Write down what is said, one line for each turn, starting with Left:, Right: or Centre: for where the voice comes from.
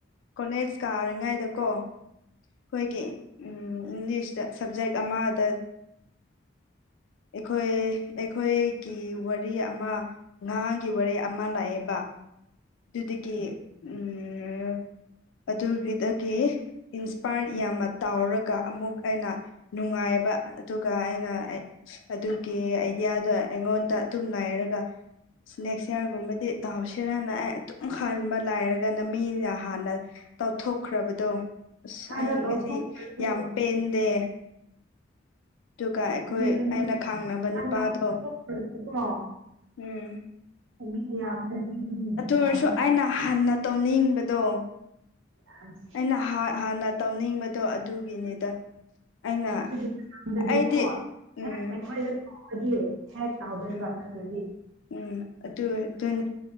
Left: ꯀꯣꯂꯦꯖ ꯀꯥꯔꯤꯉꯥꯏꯗꯀꯣ ꯑꯩꯈꯣꯏꯒꯤ ꯏꯪꯂꯤꯁꯇ ꯁꯕꯖꯦꯛ ꯑꯃꯗ ꯑꯩꯈꯣꯏ ꯑꯩꯈꯣꯏꯒꯤ ꯋꯥꯔꯤ ꯑꯃ ꯉꯍꯥꯒꯤ ꯋꯥꯔꯤ ꯑꯃ ꯂꯥꯛꯑꯦꯕ ꯑꯗꯨꯗꯨꯗꯒꯤ ꯎ ꯑꯗꯨꯒꯤꯗꯒꯤ ꯏꯟꯁꯄꯔ ꯌꯥꯝꯅ ꯇꯥꯎꯔꯒ ꯑꯃꯨꯛ ꯑꯩꯅ ꯅꯨꯡꯉꯥꯏ ꯍꯥꯏꯕ ꯑꯗꯨꯒ ꯑꯩꯅ ꯑꯗꯨꯒꯤ ꯑꯥꯏꯗꯤꯌꯥꯗꯣ ꯑꯩꯉꯣꯟꯗ ꯑꯗꯨꯝ ꯉꯥꯏꯔꯒ ꯅꯦꯛꯁ ꯏꯌꯥꯔꯒꯨꯝꯕꯗꯤ ꯇꯥꯎꯁꯤꯔꯅ ꯑꯦ ꯑꯗꯨꯨꯝ ꯍꯟꯕ ꯂꯥꯏꯔꯒꯅ ꯃꯤꯅ ꯍꯥꯟꯅ ꯇꯧꯊꯣꯛꯈ꯭ꯔꯕꯗꯣ ꯑꯁ
Right: ꯍꯥꯟꯅ
Left: ꯑꯩ
Right: ꯇꯧꯊꯣꯛꯈ꯭ꯔꯁꯨ
Left: ꯉꯁꯤ ꯌꯥꯝ ꯄꯦꯟꯗꯦ ꯑꯗꯨꯒ ꯑꯩꯈꯣꯏ
Right: ꯑꯗꯨꯅꯦ
Left: ꯑꯩꯅ ꯈꯥꯡꯅꯕ
Right: ꯍꯥꯟꯅ
Left: ꯅꯨꯄꯥꯗꯣ
Right: ꯇꯧꯊꯣꯛꯈ꯭ꯔꯁꯨꯀꯣ
Left: ꯎꯝ
Right: ꯃꯤ ꯌꯥꯝꯗ꯭ꯔꯗꯤ ꯑꯗꯨꯝ
Left: ꯑꯗꯨ
Right: ꯌꯥꯝꯃꯦ
Left: ꯑꯣꯏꯁꯨ ꯑ ꯅꯍꯥꯟꯅ ꯇꯧꯅꯤꯡꯕꯗꯣ
Right: ꯑꯁ
Left: ꯑꯩꯅ ꯍꯥꯟꯅ ꯇꯧꯅꯤꯡꯕꯗꯣ ꯑꯗꯨꯒꯤꯅꯤꯗ ꯑꯩꯅ
Right: ꯣꯏꯗꯣ
Left: ꯑꯩꯗꯤ ꯎꯝ
Right: ꯍꯋꯥꯣꯏꯦ ꯍ ꯇꯥꯎꯗꯦꯕꯕꯥꯅꯔꯤ
Left: ꯎꯝ ꯎꯝ ꯑꯗꯨ ꯑꯗꯨꯅꯤ